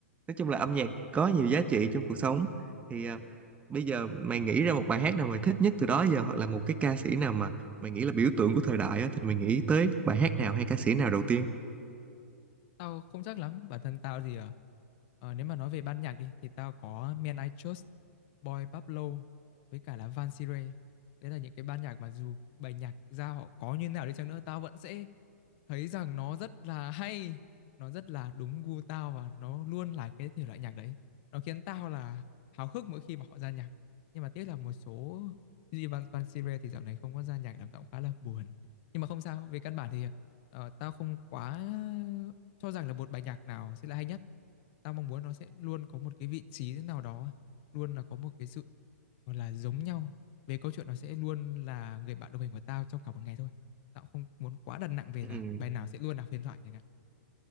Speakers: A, on the right; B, on the left.
A: nói chung là âm nhạc có nhiều giá trị trong cuộc sống thì ờ, bây giờ mày nghĩ ra một bài hát nào mày thích nhất từ đó giờ hoặc là một cái ca sĩ nào mà mày nghĩ là biểu tượng của thời đại á, thì mày nghĩ tới bài hát nào hay ca sĩ nào đầu tiên
B: Tao không chắc lắm, bản thân tao thì ờ, ờ, nếu mà nói về ban nhạc đi thì tao có Men I Trust, Boy Pablo với cả là Van Sire. Đấy là những cái ban nhạc mà dù bài nhạc ra họ có như nào đi chăng nữa tao vẫn sẽ thấy rằng nó rất là hay nó rất là đúng gu tao và nó luôn là cái thể loại nhạc đấy nó khiến tao là háo hức mỗi khi mà họ ra nhạc nhưng mà tiếc là một số như Van Van Sire thì dạo này không có ra nhạc làm tao cũng khá là buồn nhưng mà không sao về căn bản thì ờ, tao không quá cho rằng là một bài nhạc nào sẽ là hay nhất tao mong muốn nó sẽ luôn có một cái vị trí thế nào đó luôn là có một cái sự Gọi là giống nhau, về câu chuyện nó sẽ luôn là người bạn đồng hành của tao trong cả một ngày thôi. Tao cũng không muốn quá đặt nặng về
A: Ừ.
B: là bài nào sẽ luôn là huyền thoại chẳng hạn.